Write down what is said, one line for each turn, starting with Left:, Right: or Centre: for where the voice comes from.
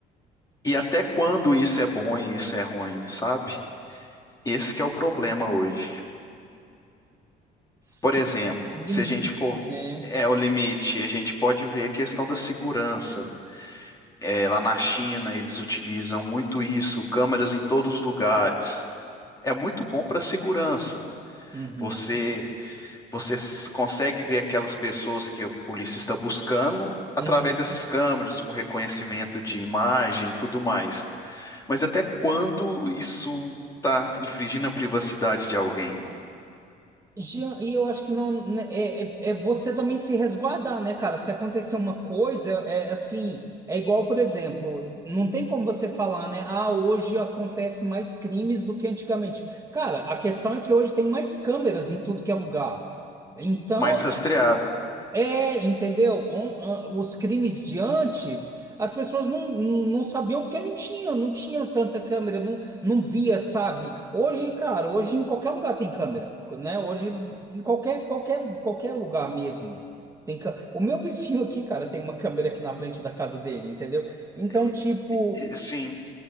Left: E até quando isso é bom e isso é ruim, sabe? Esse que é o problema hoje.
Right: sim,
Left: Por exemplo,
Right: o limite,
Left: se a gente for.
Right: né?
Left: É o limite. A gente pode ver a questão da segurança. É, lá na China, eles utilizam muito isso, câmeras em todos os lugares. É muito bom para segurança.
Right: Uhum,
Left: Você, você s- consegue ver aquelas pessoas que a polícia está buscando através
Right: uhum.
Left: dessas câmeras, com reconhecimento de imagem e tudo mais. Mas até quando isso está infringindo a privacidade de alguém?
Right: Jean, E eu acho que não né, é, é, é você também se resguardar, né, cara? Se acontecer uma coisa, é é assim, é igual, por exemplo, não tem como você falar, né? Ah, hoje acontece mais crimes do que antigamente. Cara, a questão é que hoje tem mais câmeras em tudo que é lugar. Então,
Left: Mais rastreado.
Right: é, entendeu? On- a- Os crimes de antes, as pessoas não, não sabiam porque não tinha, não tinha tanta câmera, não, não via, sabe? Hoje, cara, hoje em qualquer lugar tem câmera, né? Hoje em qualquer, qualquer, qualquer lugar mesmo. Tem cã- O meu vizinho aqui, cara, tem uma câmera aqui na frente da casa dele, entendeu? Então,
Left: E-
Right: tipo,
Left: e- Sim.